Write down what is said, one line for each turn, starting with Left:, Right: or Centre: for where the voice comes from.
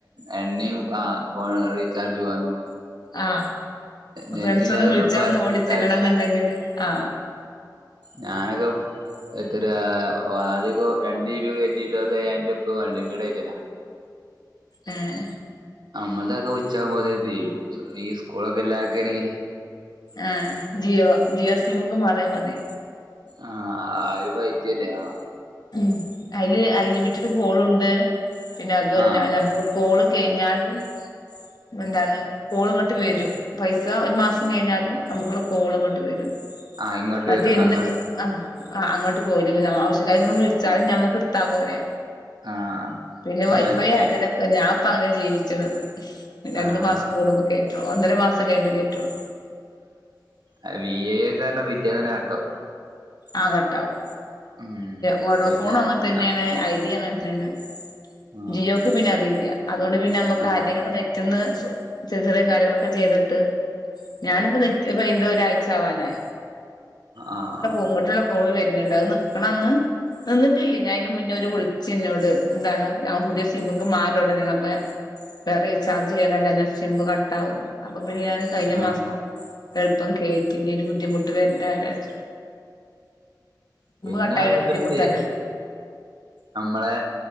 Right: എണ്ണയും ആ ഫോൺ റീചാർജും ആന്നു.
Left: ആ
Right: നെറ്റില്ലാതൊന്നും
Left: ഫ്രണ്ട്സ് ഒന്ന് വിളിച്ചാ
Right: ഇപ്പ ആർക്കും
Left: ഒന്ന് ഓടിച്ചെല്ലണം
Right: നിക്കാൻ പറ്റൂല
Left: എന്നുണ്ടെങ്കില്, ആ
Right: ഞാനൊരു എത്ത്റാ ആദ്യ ക്കൊ, രണ്ട് രൂപക്ക് കയറ്റിട്ട് അത് <unintelligible> രൂപക്ക് അൺ ലിമിറ്റഡ് ആയിട്ടല്ലാ.
Left: ഏഹ്.
Right: നമ്മളത് ഉച്ചാകുമ്പോ അത് തീരും. ഈ സ്കൂളൊക്കെ ഇല്ലാരിക്ക ആണെങ്കില്.
Left: ആ ജിയോ ജിയോ സിംക്ക് മാറിയ മതി.
Right: ആഹ് ആ അത് ഫൈവ് ജി അല്ലെ ആ.
Left: ഉം അതില് അൺലിമിറ്റഡ് കോള് ഉണ്ട്. പിന്നെ അതുവല്ല
Right: ആഹ്
Left: നമ്മള് കോള് കഴിഞ്ഞാലും എന്താണ്, കോള് ഇങ്ങട്ട് വരും. പൈസ ഒരു മാസം കഴിഞ്ഞാലും നമുക്കുള്ള കോള് ഇങ്ങട്ട് വരും.
Right: ആഹ് ഇങ്ങോട്ട്
Left: മറ്റേ
Right: വരൂ
Left: ഇന്ന്
Right: അങ്ങോ
Left: ആഹ് ആ അങ്ങോട്ട് പോവലില്ല ആവശ്യ കാര് ഒന്ന് വിളിച ചാലും നമ്മക്ക് എട്ത്താ പോരെ.
Right: ആഹ്
Left: പിന്നെ വൈഫൈ
Right: മതി.
Left: ആയ്ട്ടിള്ള ഞാൻ പ്പ അങ്ങനെ ജീവിച്ചത്. രണ്ട്
Right: ആഹ്
Left: മാസ് ത്ത കൂടുമ്പോ കേറ്റോള്ളൂ, ഒന്നര മാസം കഴിഞ്ഞിട്ട് കേറ്റുള്ളൂ.
Right: ആഹ് വി ഐ ഒക്കെ ആനെ പിറ്റേന്ന് തന്നെ കട്ട്‌ ആവും.
Left: ആ കട്ടാവും.
Right: ഉം
Left: വോഡോഫോൺ
Right: പിന്നെ
Left: അങ്ങനെ തന്നെണ്
Right: ആഹ്
Left: ഐഡിയ അങ്ങനത്തന്നെ.
Right: ആഹ്
Left: ജിയോക്ക് പിന്നെ അതില്ല. അതുകൊണ്ട് പിന്നെ നമ്മ <unintelligible> ക്ക്
Right: ആഹ്
Left: ആര്ടേ റ്റ്ന്ന് സൊ ചെറി ചെറിയ കാര്യങ്ങളൊക്കെ ചെയ്തിട്ട്, ഞാനിപ്പോ നെറ്റ് <unintelligible> ഒരാഴ്ച ആവാനായി.
Right: ആഹ്.
Left: ഇങ്ങോട്ടുള്ള കോള് വരുണുണ്ട് അത് നിൽക്കണ അന്ന്, നിന്നിട്ടില്ല ഞാൻ ഇയ്ന് മുന്നേ ഒര് വിളിച് നോട്. എന്താണ് ഞൻ പുതിയ സിംമക്ക് മാറിയ ഒടനേണ് അപ്പേ, വേറെ റീചാർജ് ചെയ്യാനല്ല ഞൻ സിമ്മ് കട്ട് ആവും. അപ്പൊ പിന്നെ ഞാൻ കഴിഞ്ഞ
Right: ആഹ്
Left: മാസം എളുപ്പം കേറ്റി ഇനി ഒരു ബുദ്ധിമുട്ട് വരണ്ടാല്ലോ വച്ച്.
Right: പിന്നാ
Left: കട്ടായാലും
Right: ഇതുണ്ട്,
Left: ബുദ്ധിമുട്ടല്ലേ
Right: നമ്മടേ